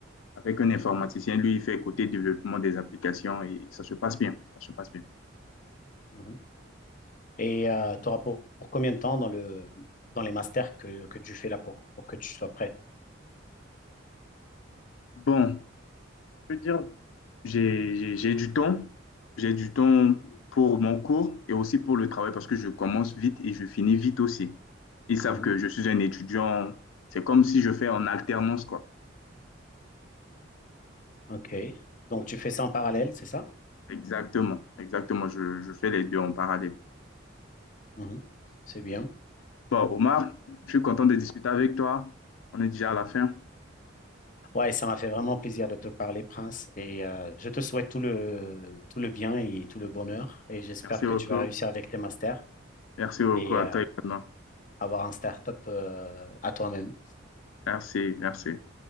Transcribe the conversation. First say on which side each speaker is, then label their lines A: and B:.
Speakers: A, on the left; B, on the left.
A: avec un informaticien. Lui, il fait côté développement des applications et ça se passe bien. Ça se passe bien.
B: Mhm. Et tu auras pour, pour combien de temps dans le, dans les masters que, que tu fais là pour, pour que tu sois prêt?
A: Bon, je peux dire J'ai j'ai- j'ai du temps, j'ai du temps pour mon cours et aussi pour le travail parce que je commence vite et je finis vite aussi. Ils savent
B: Mhm.
A: que je suis un étudiant, c'est comme si je fais en alternance, quoi.
B: OK. Donc, tu fais ça en parallèle, c'est ça?
A: Exactement, exactement, je, je fais les deux en parallèle.
B: Mhm. C'est bien.
A: Bon, Omar, je suis content de discuter avec toi. On est déjà à la fin.
B: Ouais, ça m'a fait vraiment plaisir de te parler, Prince. Et euh, je te souhaite tout le, tout le bien et tout le bonheur. Et j'espère
A: Merci beaucoup.
B: que tu vas réussir avec tes masters
A: Merci beaucoup
B: et
A: à
B: euh,
A: toi également.
B: avoir un start-up euh, à toi-même.
A: Merci, merci.